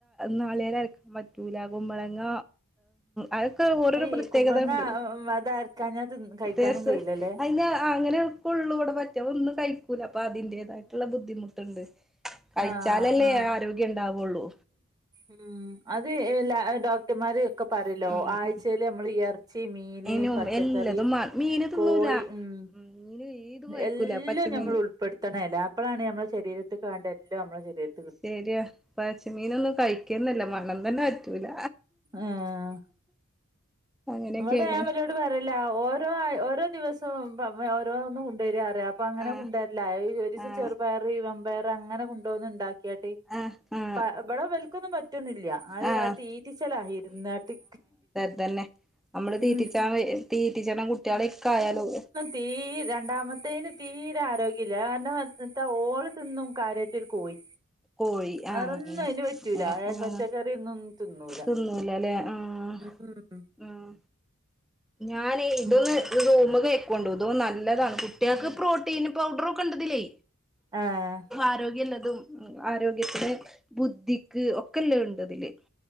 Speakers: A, in the centre; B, on the right (about 20°).
A: നാളികേരം അരക്കാൻ പറ്റൂല കുമ്പളങ്ങ അതൊക്കെ ഓരോരോ
B: ഈ
A: പ്രത്യേകത
B: കുമ്പളങ്ങ
A: ഉണ്ട്
B: അതരക്കാഞ്ഞാ തിന്ന് കഴിക്കാനും
A: ടേസ്റ്റ്
B: കഴിയില്ലല്ലേ
A: അതിന് അങ്ങനെ കൊള്ളു ഇവടെ പറ്റുക ഒന്നും കഴി ക്കൂല അപ്പ അതിൻ്റെതായിട്ടുള്ള ബുദ്ധിമുട്ടുണ്ട് കഴിച്ചാലല്ലേ
B: ആഹ് ആഹ്
A: ആരോഗ്യം ഉണ്ടാവുള്ളൂ
B: ഉം അത് എല്ലാ ഡോക്ടർമാർ ഒക്കെ പറയല്ലോ
A: ഉം
B: ആഴ്ചയിൽ നമ്മള് ഇ ഇറച്ചി, മീന്,
A: അയിനും
B: പച്ചക്കറി,
A: എല്ലതും മാ മീന് തിന്നൂല
B: കോഴി ഉം
A: മീന് ഏതും കഴിക്കൂല
B: എല്ലാം
A: പച്ചമീന്
B: നമ്മൾ ഉൾപ്പെടുത്തണേലോ അപ്പോളാണ് നമ്മുടെ ശരീരത്തിക്ക് വേണ്ട എല്ലാം നമ്മളെ ശരീര
A: ശരിയാ പച്ചമീനൊന്നും കഴിക്കുക തന്നെ ഇല്ല മണം തന്നെ പറ്റൂല
B: ആഹ്
A: അങ്ങനെയൊക്കെയാണ്
B: ഇവടെ ഞാൻ ഓലോട് പറയലാ ഓരോ ഓരോ ദിവസവും ഓരോന്നും കൊണ്ടുവരിക അപ്പൊ അങ്ങനെ
A: ആഹ്
B: കൊണ്ടുവരലാ ഒരു ദിവസം
A: ആഹ്
B: ചെറുപയർ, മമ്പയർ അങ്ങനെ കൊണ്ടോന്ന് ഉണ്ടാക്കിയിട്ട്
A: ആഹ് ആ
B: പ ഇവിടെ ഇവൽക്കൊന്നും പറ്റു ഒന്നും ഇല്ല അത്
A: ആഹ്
B: ആ തീറ്റിച്ചെലാ ഇരുന്നാട്ട്
A: അതന്നെ നമ്മള് തീറ്റ
B: ഉം
A: ച തീറ്റിച്ചണം കുട്ടികളൊക്കെ ആയാലും
B: തീരെ രണ്ടാമത്തേതിന് തീരെ ആരോഗ്യമില്ല അത് കാരണം എത്താ ഓള് തിന്നും കാര്യായിറ്റ് ഒരു കോഴി
A: കോഴി
B: വേറൊന്നും
A: ആഹ്
B: അതിന് പറ്റൂല
A: ആ ആഹ്
B: പച്ചക്കറി റിയൊന്നും തിന്നൂല
A: തിന്നൂലല്ലേ ആഹ്
B: ഉം
A: ഉം ഞാനെ ഇതൊന്ന്
B: ഉം
A: റൂമ്ക് കൊണ്ടതും നല്ലതാണ് കുട്ടികൾക്ക് പ്രോട്ടീൻ പൗഡറൊക്കെ ഇണ്ട് ഇതിലേ
B: ആഹ്
A: ആരോഗ്യം ഇള്ളതും ആരോഗ്യത്തിന്, ബുദ്ധിക്ക് ഒക്കെ ഉള്ളത് ഉണ്ട് ഇതില്